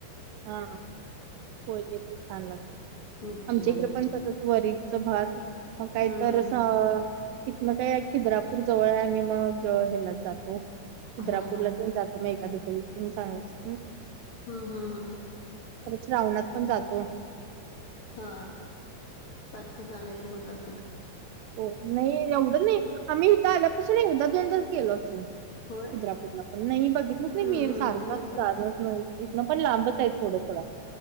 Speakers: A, on the right; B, on the left.
A: हा होय ते पण छान लागते
B: मिरची
A: आमच्या
B: घालून.
A: इकडे पण तस वरील यचं भात मग काहीतर
B: हम्म हम्म
A: असं
B: हम्म
A: तिथंन काय खिद्रापूर जवळ आहे मग आम्ही हेलाच जातो खिद्रापूरला
B: हा हा
A: <unintelligible> मग एखादस विचून सांगायच.
B: हम हम हम.
A: आम्ही श्रावणात पण जातो.
B: हा सारखं जान येणं होत असल.
A: हो नाही एवढं नाही आम्ही इथ आल्यापासून एकदा दोनदाच गेलो असेल. चिंद्रापूरला
B: होय
A: पण नाही बघितलंच नाही
B: हम्म
A: मीर सारखंदाहरणच
B: मी पण
A: नाही इथ. पण लांबच आहे थोडं थडं.